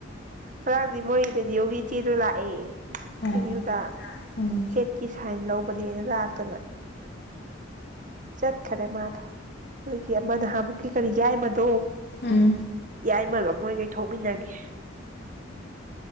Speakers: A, on the right; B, on the left.
A: ꯆꯔꯥꯡꯗꯤ ꯃꯣꯏꯒꯤꯗꯗꯤ ꯌꯒꯤ ꯏꯆꯦꯁꯨ ꯂꯥꯛꯑꯦ
B: ꯑꯥ
A: ꯑꯦꯝ ꯌꯨꯗ
B: ꯎꯝ
A: ꯍꯦꯠꯀꯤ ꯁꯥꯏꯟ ꯂꯧꯕ ꯍꯣꯅꯦꯅ ꯂꯥꯛꯇꯅ ꯆꯠꯈꯔꯦ ꯃꯥꯗꯣ ꯦ ꯑꯃ ꯅꯍꯥꯟꯃꯨꯛꯀꯤ ꯀꯔꯤ ꯌꯥꯏꯃꯗꯣ
B: ꯎꯝ
A: ꯌꯥꯏꯃꯒ ꯃꯣꯏꯒꯩ ꯊꯣꯛꯃꯤꯟꯅꯒꯦ